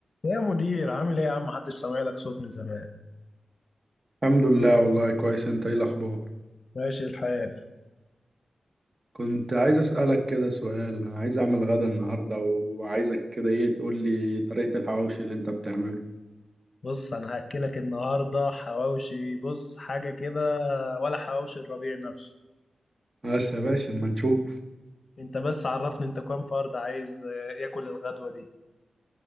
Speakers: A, on the left; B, on the right.
A: يا مدير عامل ايه يا عم محدش سامع لك صوت من زمان
B: الحمد لله والله كويس انت ايه الاخبار
A: ماشي الحال
B: كنت عايز اسالك كده سؤال عايز اعمل غدا النهارده وعايزك كده ايه تقول لي طريقه الحواوشي اللي انت بتعمله
A: بص انا هاكلك النهارده حواوشي بص حاجه كده ولا حواوشي الربيع نفسه
B: بس يا باشا اما نشوف
A: انت بس عرفني انت كام فرد عايز آه، ياكل الغدوه دي